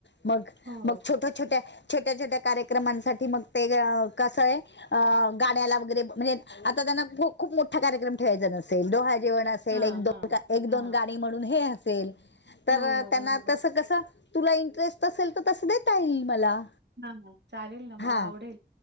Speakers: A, on the left; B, on the right.
A: मग
B: हो.
A: मग छोट्या छोट्या. छोट्या छोट्या कार्यक्रमांसाठी मग ते कसं आहे. अ गाड्याला वगैरे म्हणजे आता त्यांना खूप मोठ. मोठा कार्यक्रम ठेवायचा नसेल डोहाळे जेवण असेल
B: हां,
A: एक दोन
B: हां,
A: एक
B: हां.
A: दोन गाणी म्हणून हे असेल. तर
B: हो,
A: त्यांना
B: बरोबर.
A: तस कस तुला इंटरेस्ट असेल तर तस देता येईल मला
B: ह ह चालेल ना मला
A: हा
B: आवडेल